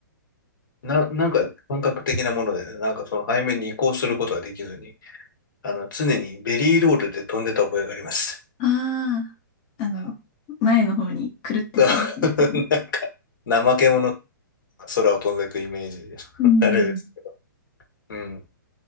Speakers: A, on the left; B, on the left.
A: な、なんか感覚的なものでね、なんかその背面に移行することができずに、あの、常にベリーロールで飛んでた覚えがあります。
B: あー、あの、前の方にくるってするやつですよね。
A: <laughs> なんか、怠け者が空を飛んでいくイメージで、<laughs>
B: うん。
A: あれですけど。うん。